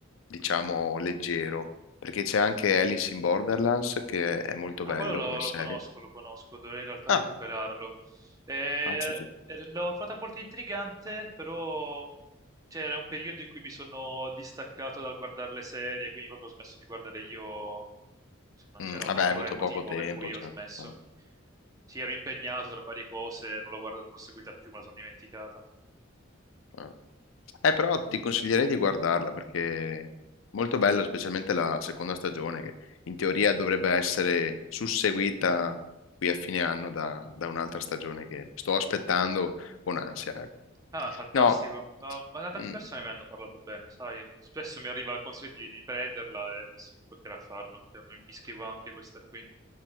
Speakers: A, on the left; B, on the right.
A: diciamo, leggero, perché c'è anche Alice in Borderlands che è molto
B: Ah,
A: bello
B: quello lo,
A: come
B: lo
A: serie.
B: conosco, lo conosco, dovrei in realtà
A: Ah,
B: recuperarlo. Eh,
A: ah, sì, sì.
B: er- l'ho trovata molto intrigante, però c'era un periodo in cui mi sono distaccato dal guardare le serie, quindi proprio ho smesso di guardare io, cioè, non c'era
A: Mm, vabbè,
B: un particolare
A: hai avuto
B: motivo
A: poco tempo,
B: per cui
A: cioè,
B: ho smesso.
A: no,
B: Sì, ero impegnato tra varie cose, non l'ho guarda- non l'ho seguita più, me la sono dimenticata.
A: no. Eh, però ti consiglierei di guardarla perché è molto bello, specialmente la seconda stagione, che in teoria dovrebbe essere susseguita qui a fine anno da, da un'altra stagione che sto aspettando con ansia. ecco.
B: Ah, fantastico.
A: No,
B: Ma, ma tante
A: mm,
B: persone me ne hanno parlato bene, sai? Spesso mi arriva il consiglio di, di prenderla e penso che toccherà farlo. Cioè, mi mi iscrivo anche a questa qui.